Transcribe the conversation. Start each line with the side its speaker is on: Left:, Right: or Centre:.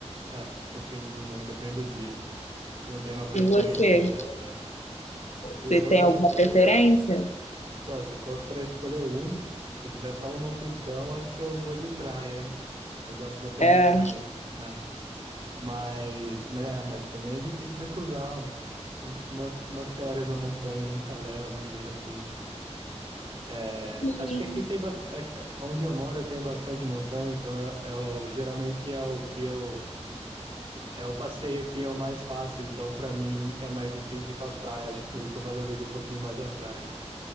Right: é, depende do humor, depende do dia. Você não tem uma preferência
Left: E você?
Right: exata. é. Eu,
Left: Você tem alguma preferência?
Right: pô, se for pra escolher um, se eu tiver só uma opção, acho que eu vou de praia, hein? Eu gosto bastante
Left: É.
Right: de praia. É. Mas, mas, é, mas também é difícil recusar um- um- uma, umas férias na montanha, num chalé, algum lugar assim. né? É,
Left: Sim.
Right: acho que aqui tem bastante. Onde eu moro tem bastante montanha, então é, é o, geralmente é o que eu. É o passeio que eu mais faço, então pra mim é mais difícil ir pra praia, acho que por isso que eu valorizo um pouquinho mais a praia.